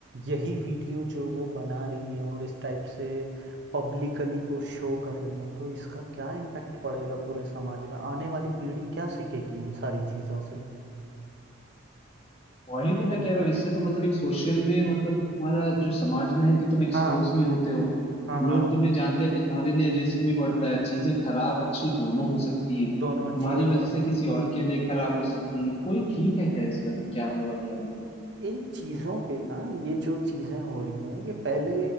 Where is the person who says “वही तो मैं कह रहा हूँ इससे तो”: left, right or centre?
Left